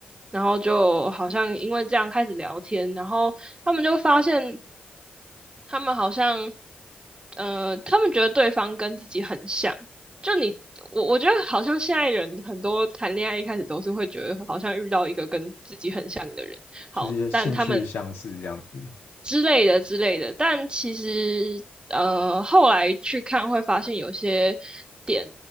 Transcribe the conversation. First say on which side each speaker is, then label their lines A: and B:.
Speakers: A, on the right (about 25°); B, on the left (about 75°).
A: 然后就好像因为这样开始聊天，然后他们就发现他们好像，呃，他们觉得对方跟自己很像。就你，我我觉得好像现在人很多谈恋爱一开始都是会觉得好像遇到一个跟自己很像的人，
B: 就是一些兴趣相似这样子，
A: 好，但他们之类的之类的。但其实呃，后来去看会发现有些点，